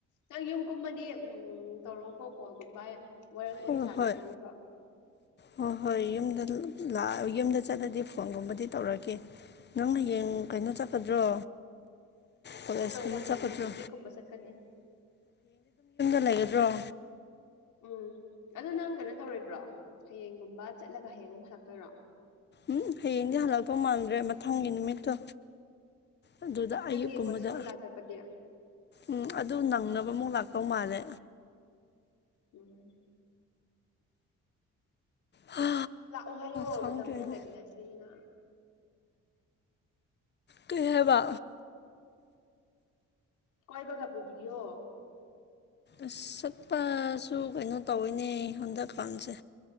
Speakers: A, on the left; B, on the left.
A: ꯅꯪ ꯌꯨꯝꯒꯨꯝꯕꯗꯤ ꯎꯝ ꯇꯧꯔꯣꯀꯣ ꯀꯣꯜꯒꯨꯝꯕ ꯍꯥꯏ ꯋꯥꯋꯥꯔꯤ
B: ꯍꯣꯏ
A: ꯁꯥꯒꯦ
B: ꯍꯣꯏ
A: ꯃꯃꯣꯛꯀ
B: ꯍꯣꯏ ꯍꯣꯏ ꯌꯨꯝꯗ ꯂ ꯌꯨꯝꯗ ꯆꯠꯂꯗꯤ ꯐꯣꯟꯒꯨꯝꯕꯗꯤ ꯇꯧꯔꯛꯀꯦ ꯅꯪꯅ ꯌꯦꯡ ꯀꯩꯅꯣ ꯆꯠꯀꯗ꯭ꯔꯣ ꯀꯣꯂꯦꯖꯀꯨꯝꯕ
A: ꯆꯠꯂꯣꯏꯗ ꯍꯌꯦꯡꯗꯤ
B: ꯆꯠꯀꯗ꯭ꯔꯣ
A: ꯍꯪꯆꯤꯠꯀꯨꯝꯕ ꯆꯠꯀꯅꯤ
B: ꯍꯩꯒꯗ꯭ꯔꯣ
A: ꯎꯝ ꯑꯗꯨ ꯅꯪ ꯀꯩꯅꯣ ꯇꯧꯔꯣꯏꯗ꯭ꯔꯣ ꯍꯌꯦꯡꯒꯨꯝꯕ ꯆꯠꯂꯒ ꯍꯌꯦꯡ ꯑꯃꯨꯛ ꯍꯜꯂꯛꯇꯣꯏꯔꯣ
B: ꯎꯝ ꯍꯌꯦꯡꯗꯤ ꯍꯜꯂꯛꯄ ꯃꯥꯟꯗ꯭ꯔꯦ ꯃꯊꯪꯒꯤ ꯅꯨꯃꯤꯠꯇꯣ ꯑꯗꯨꯗ
A: ꯑꯗꯣ ꯅꯪꯒꯤ
B: ꯑꯌꯨꯛꯀꯨꯝꯕꯗ
A: ꯀꯣꯖꯤꯡ ꯀꯩꯀ ꯆꯠꯄꯗꯤ
B: ꯎꯝ ꯑꯗꯨ ꯅꯪꯅꯕ ꯑꯃꯨꯛ ꯂꯥꯛꯇꯧ ꯃꯥꯜꯂꯦ
A: ꯎꯝ
B: ꯍꯥ
A: ꯂꯥꯛꯑꯣ ꯍꯥꯏꯌꯣ
B: ꯈꯪꯗ꯭ꯔꯦꯗ
A: ꯃꯇꯝ ꯈꯔ ꯂꯩꯃꯤꯟꯅꯁꯦꯅ
B: ꯀꯩ ꯍꯥꯢꯕꯥ
A: ꯀꯣꯏꯕꯒꯥ ꯄꯨꯕꯤꯌꯣ
B: ꯑꯁ ꯆꯠꯄꯁꯨ ꯀꯩꯅꯣ ꯇꯧꯋꯤꯅꯦ ꯍꯟꯗꯛꯀꯥꯟꯁꯦ